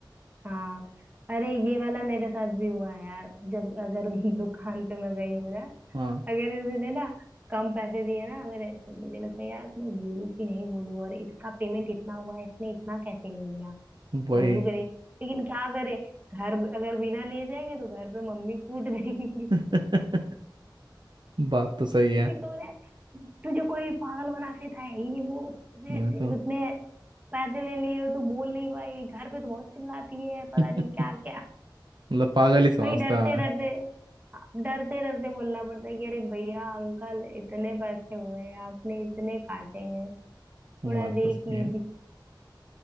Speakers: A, on the right (about 20°); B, on the right (about 65°).
A: हाँ अरे ये वाला मेरे साथ भी हुआ है यार जब अगर <laughs> दुकान पे मैं गई हूँ ना
B: हाँ।
A: अगर उसने ना कम पैसे दिए ना मेरे तो मुझे लगता है यार मैं बोलूँ कि नहीं बोलूँ और इसका पेमेंट इतना हुआ है इसने इतना कैसे ले लिया
B: वही
A: बोलू करे लेकिन क्या करे घर अगर बिना ले जाएंगे तो घर पे मम्मी कूट <laughs> देंगी
B: <laughs> बात तो सही है
A: कि तूने तुझे कोई पागल बनाते था ये वो जैसे
B: मैं तो
A: इतने पैसे ले लिए हो, तू बोल नहीं पाई घर पे तो बहुत चिल्लाती है पता
B: <laughs>
A: नहीं क्या क्या
B: मतलब पागल ही समझता
A: भाई डरते
B: है
A: डरते डरते डरते बोलना पड़ता है कि अरे भैया अंकल इतने पैसे हुए हैं आपने इतने काटे हैं थोड़ा
B: मैं <laughs> बात
A: देख
B: तो सही
A: लीजिए
B: है